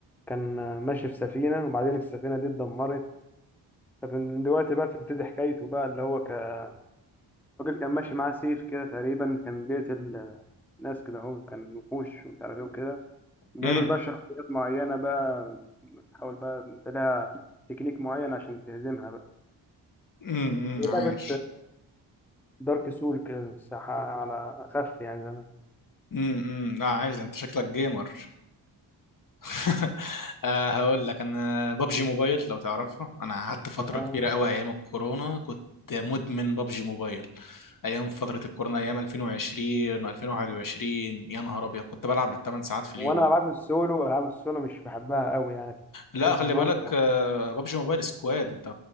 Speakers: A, in the centre; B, on the left.
A: كان آه، ماشي في سفينة وبعدين السفينة دي اتدمرت فمن دلوقتي بقى بتبتدي حكايته بقى اللي هو كراجل كان ماشي معاه سيف كده تقريبا كان بيقتل ناس كده اهو كان وحوش ومش عارف ايه وكده بيقابل
B: امم
A: بقى شخصيات معينة بقى تحاول بقى انت لها تكنيك معين عشان تهزمها بقى
B: امم
A: لعبة
B: عايش
A: دارك سول كده الساحة على أخف يعني زمان
B: امم لا عايش ده انت شكلك جيمر <laughs> آه، هقول لك انا بابجي موبايل لو تعرفها انا قعدت فتره
A: آه.
B: كبيره قوي ايام الكورونا كنت مدمن بابجي موبايل ايام فتره الكورونا ايام 2020 و2021 يا نهار ابيض كنت بلعب بالثمان ساعات في
A: وأنا
B: اليوم
A: ألعاب السولو ألعاب السولو مش بحبها قوي يعني
B: لا
A: تحس
B: خلي
A: بموت
B: بالك آه، بابجي موبايل سكواد انت